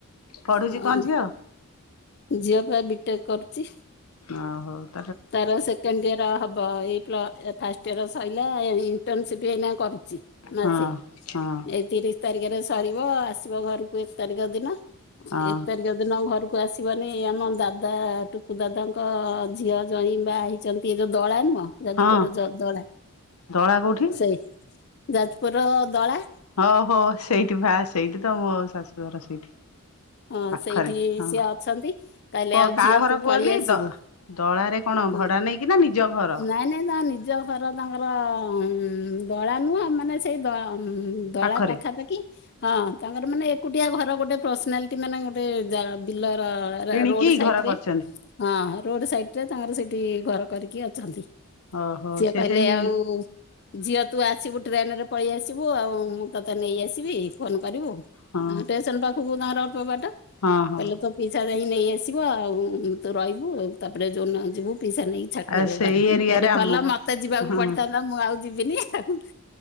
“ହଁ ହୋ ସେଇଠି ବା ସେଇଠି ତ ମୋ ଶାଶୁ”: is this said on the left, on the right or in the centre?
Left